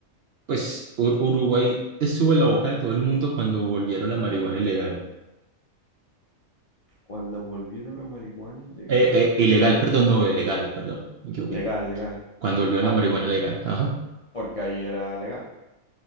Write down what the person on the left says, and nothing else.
cuando volvieron la marihuana ilegal,
legal, legal,
ah,
porque ahí era legal.